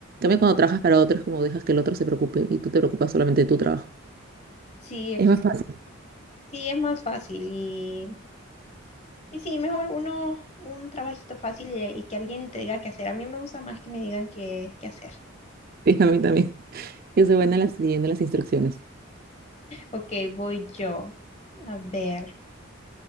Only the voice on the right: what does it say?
cambio, cuando trabajas para otros, como dejas que el otro se preocupe y tú te preocupas solamente de tu trabajo.
Es más fácil. <laughs>
Sí, a mí también. Yo soy buena las- siguiendo las instrucciones.